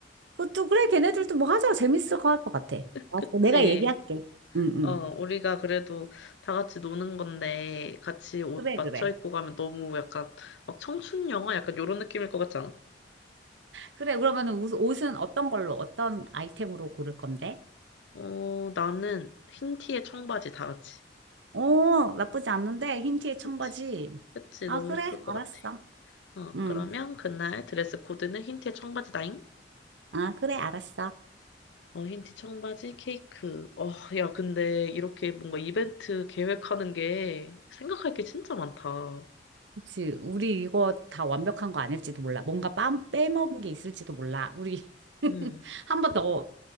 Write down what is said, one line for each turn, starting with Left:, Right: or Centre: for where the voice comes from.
Right: 그것도, 그래, 걔네들도 뭐 하자. 재밌을 거 할 것 같아. 알았어,
Left: 그치.
Right: 내가 얘기할게. 응, 응.
Left: 어, 우리가 그래도 다 같이 노는 건데 같이 옷
Right: 그래,
Left: 맞춰
Right: 그래.
Left: 입고 가면 너무 약간 막 청춘 영화 약간 요런 느낌일 것 같지 않아?
Right: 그래, 그러면은 옷- 옷은 어떤 걸로, 어떤 아이템으로 고를 건데?
Left: 어, 나는 흰 티에 청바지 다 같이.
Right: 오, 나쁘지 않는데, 흰 티에 청바지.
Left: 그치? 그치?
Right: 아,
Left: 너무
Right: 그래,
Left: 예쁠 것
Right: 알았어.
Left: 같아. 어,
Right: 응.
Left: 그러면 그날 드레스 코드는 흰 티에 청바지 다잉?
Right: 아, 그래, 알았어.
Left: 어, 흰 티 청바지 케이크. 어, 야, 근데 이렇게 뭔가 이벤트 계획하는 게 생각할 게 진짜 많다.
Right: 그치. 우리 이거 다 완벽한 거 아닐지도 몰라. 뭔가 빰, 빼먹은 게 있을지도 몰라. 우리 <laughs>
Left: 응,
Right: 한 번 더,